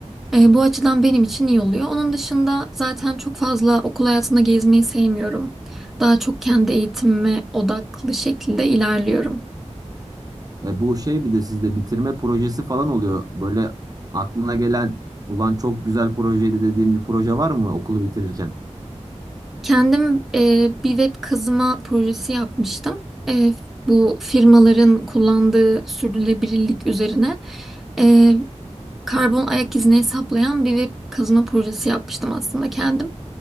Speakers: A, in the centre; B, on the right.
A: Eee, bu açıdan benim için iyi oluyor. Onun dışında zaten çok fazla okul hayatında gezmeyi sevmiyorum. Daha çok kendi eğitimime odaklı şekilde ilerliyorum.
B: E bu şey bir de sizde bitirme projesi falan oluyor. Böyle aklına gelen ulan çok güzel projeydi dediğin bir proje var mı okulu bitirirken?
A: Kendim e, bir web kazıma projesi yapmıştım. E, bu firmaların kullandığı sürdürülebilirlik üzerine e, karbon ayak izini hesaplayan bir web kazıma projesi yapmıştım aslında kendim.